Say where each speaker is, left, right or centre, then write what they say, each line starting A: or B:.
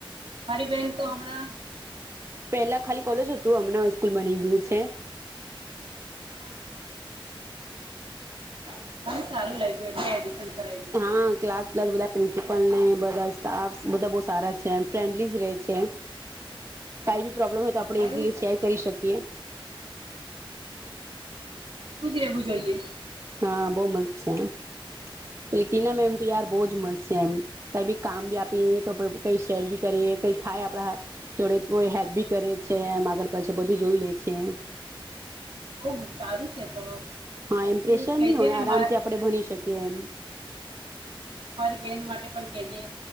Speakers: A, on the right; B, on the right.
A: મારી બેહેન તો હમણાં
B: પેલા ખાલી કોલેજ હતું હમણાં સ્કૂલ બની ગયું. છે.
A: હા <inaudible> એટલે એડિશન કરાવ્યું છે
B: હા ક્લાસ પ્લસ બધા પ્રિન્સિપલને બધા આપ બધા બહ સારા છે એમ ફ્રેન્ડલી જ રહે છે કઈ બી પ્રોબ્લેમ આપણે ઇઝીલી
A: એવું
B: શેર કરી શકીશું. <inaudible>
A: એવું જ રહેવું જોઈએ.
B: હા બહ મસ્ત છે. એમ પેટીના એમ તો ય બહજ મસ્ત છે એમ કઈ બી કામ બી આપીએ તો કઈ શેર ભી કરીએ કઈ થાય આપડા જોડે તો હેલ્પ ભી કરે છે એ આગળ પછ બધું જોઈ લે છે એમ.
A: બ સારું છે તો
B: હા એમ પ્રેશર
A: તું કહેજે
B: નહીં હોય
A: ને
B: આરામથી
A: મા
B: આપણે ભણી શકીએ એમ
A: ત મારી બેન માટે પણ કેજે